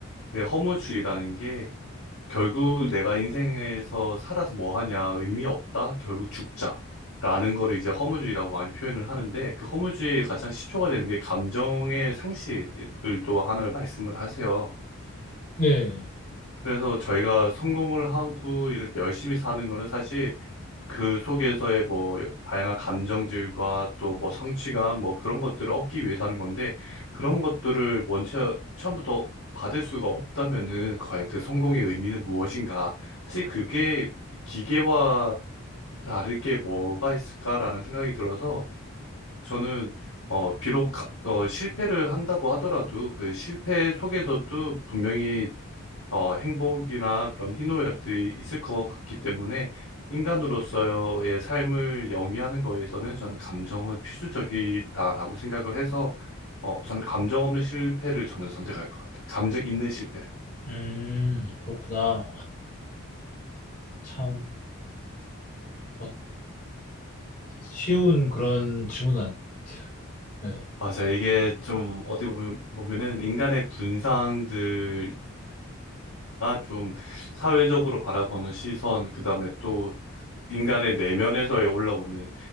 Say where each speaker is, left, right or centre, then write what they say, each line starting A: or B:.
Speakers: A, on the left; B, on the left.
A: 그 허무주의라는 게 결국 내가 인생에서 살아서 뭐 하냐 의미 없다 결국 죽자 라는 거를 이제 허무주의라고 많이 표현을 하는데 그 허무주의의 가장 시초가 되는 게 감정의 상실을 또 하나를 말씀을 하세요.
B: 네.
A: 그래서 저희가 성공을 하고 이렇게 열심히 사는 거는 사실 그 속에서의 뭐 다양한 감정들과 또 뭐 성취감 뭐 그런 것들을 얻기 위해서 하는 건데 그런 것들을 먼저 처음부터 받을 수가 없다면은 과연 그 성공의 의미는 무엇인가? 사실 그게 기계와 다를 게 뭐가 있을까라는 생각이 들어서 저는 어 비록 가- 어 실패를 한다고 하더라도 그 실패 속에서도 분명히 어, 행복이나 그런 희노애락들이 있을 것 같기 때문에 인간으로서의 삶을 영위하는 거에서는 저는 감정은 필수적이다라고 생각을 해서 어, 저는 감정 없는 실패를 저는 선택할 것 같아요. 감정 있는 실패를.
B: 음, 그렇구나. 참, 뭔가 쉬운 그런 질문은 아닌 것 같아요. 네.
A: 맞아. 이게 좀 어떻게 보면, 보면은 인간의 군상들이거나 좀 사회적으로 바라보는 시선, 그 다음에 또 인간의 내면에서 올라오는